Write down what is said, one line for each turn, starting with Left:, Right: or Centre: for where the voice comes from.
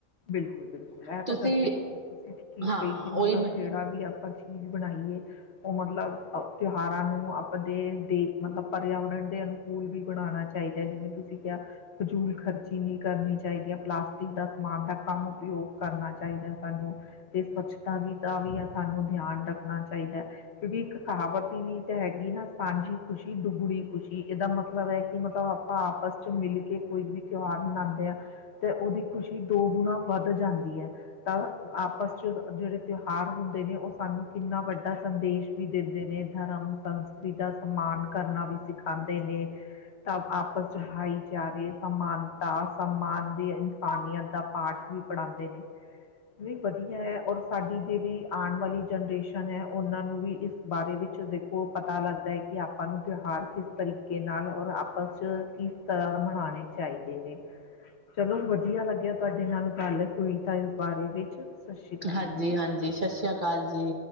Left: ਬਿਲਕੁਲ ਬਿਲਕੁਲ ਇਹ
Right: ਤੁਸੀਂ
Left: ਤਾਂ ਗੱਲ ਸਈ ਕਹੀਂ ਤੁਸੀਂ ਠੀਕ
Right: ਹਾਂ
Left: ਕਹੀਂ ਕਿ ਮਤਲਬ
Right: ਉਹੀ ਮੈਂ
Left: ਜੇ ਜਿਹੜਾ ਵੀ ਆਪਾਂ ਚੀਜ਼ ਬਣਾਈਏ ਉਹ ਮਤਲਬ ਤਿਉਹਾਰਾਂ ਨੂੰ ਆਪਦੇ ਦੇ ਮਤਲਬ ਪਰਿਆਵਰਨ ਦੇ ਅਨੁ ਕੂਲ ਵੀ ਬਣਾਣਾ ਚਾਹੀਦੈ ਜਿਵੇਂ ਤੁਸੀਂ ਕਿਹਾ ਫ਼ਜ਼ੂਲ ਖ਼ਰਚੀ ਨਈ ਕਰਨੀ ਚਾਹੀਦੀ ਐ ਪਲਾਸਟਿਕ ਦਾ ਸਮਾਨ ਦਾ ਕਮ ਉਪਯੋਗ ਕਰਨਾ ਚਾਹੀਦਾ। ਸਾਨੂੰ ਤੇ ਸਵੱਛਤਾ ਵੀ ਦਾ ਵੀ ਸਾਨੂੰ ਧਿਆਨ ਰੱਖਣਾ ਚਾਹੀਦੈ‌। ਕਿਉਂਕਿ ਇੱਕ ਕਹਾਵਤ ਵੀ ਤਾਂ ਹੈਗੀ ਨਾ ਸਾਂਝੀ ਖੁਸ਼ੀ ਦੁੱਗੜੀ ਖੁਸ਼ੀ ਇਹਦਾ ਮਤਲਬ ਹੈ ਕਿ ਮਤਲਬ ਆਪਾਂ ਆਪਸ ਚ ਮਿਲ ਕੇ ਕੋਈ ਵੀ ਤਿਉਹਾਰ ਮਨਾਂਦੇ ਆ। ਤੇ ਉਹਦੀ ਖ਼ੁਸ਼ੀ ਦੋ ਗੁਣਾ ਵੱਧ ਜਾਂਦੀ ਐ। ਤਾਂ ਆਪਸ ਚ ਜਿਹੜੇ ਤਿਉਹਾਰ ਹੁੰਦੇ ਨੇ ਉਹ ਸਾਨੂੰ ਕਿੰਨਾ ਵੱਡਾ ਸੰਦੇਸ਼ ਵੀ ਦਿੰਦੇ ਨੇ ਧਰਮ, ਸੰਸਕ੍ਰਿ ਦਾ ਸੱਮਾਨ ਕਰਨਾ ਵੀ ਸਿਖਾਂਦੇ ਨੇ ਤਾਂ ਆਪਸ ਚ ਹਾਈਚਾਰੇ ਸਮਾਨਤਾ ਸੱਮਾਨ ਦੀ ਇਨਸਾਨੀਅਤ ਦਾ ਪਾਠ ਵੀ ਪੜਾਂਦੇ ਨੇ। ਵੀ ਵਧੀਐ ਔਰ ਸਾਡੀ ਜਿਹੜੀ ਆਣ ਵਾਲੀ ਜਨਰੇਸ਼ਨ ਐ ਉਹਨਾਂ ਨੂੰ ਵੀ ਇਸ ਬਾਰੇ ਵਿੱਚ ਦੇਖੋ ਪਤਾ ਲੱਗਦੈ ਕਿ ਆਪਾਂ ਨੂੰ ਤਿਉਹਾਰ ਕਿਸ ਤਰੀਕੇ ਨਾਲ ਔਰ ਆਪਸ 'ਚ ਕਿਸ ਤਰ੍ਹਾਂ ਦਾ ਮਨਾਂਣੇ ਚਾਹੀਦੇ ਨੇ। ਚਲੋ ਵਧੀਆ ਲੱਗਿਆ ਤੁਹਾਡੇ ਨਾਲ ਗੱਲ ਹੋਈ ਤਾਂ ਬਾਰੇ ਵਿੱਚ। ਸ਼੍ਰੀ ਅਕਾਲ
Right: ਹਾਂਜੀ
Left: ਜੀ।
Right: ਹਾਂਜੀ ਸਸੀਆਕਾਲ ਜੀ।